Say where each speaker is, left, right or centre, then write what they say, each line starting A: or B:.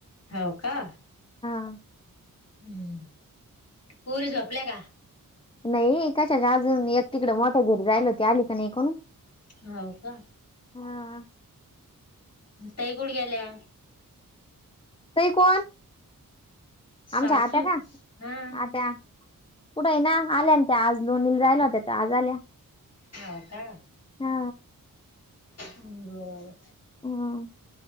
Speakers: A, on the left (about 45°); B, on the left (about 15°).
A: होव का?
B: हा.
A: हम्म पोरी झोपल्या का?
B: नाही कशाच्या अजून एक तिकड मोठ्या घरी, जाईल होती आली का नाही कोण?
A: होव का?
B: हा.
A: ताई कुठ गेल्या?
B: ताई कोण? आमच्या
A: सासू
B: आत्या का?
A: हा
B: आत्या कुठ आहे ना आल्या ना त्या, आज लोणीला राहिल्या होत्या तर आज आल्या
A: हो का?
B: हा
A: बरं
B: हां.